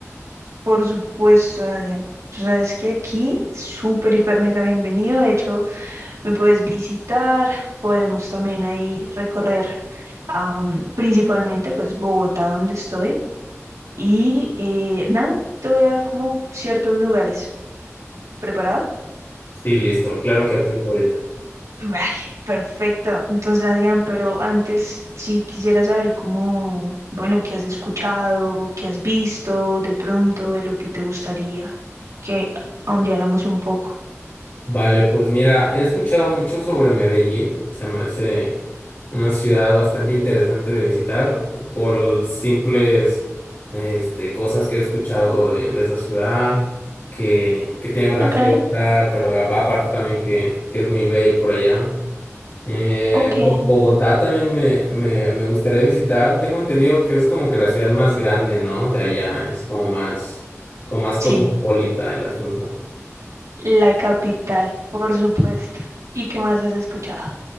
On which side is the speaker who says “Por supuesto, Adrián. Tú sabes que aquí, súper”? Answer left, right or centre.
Right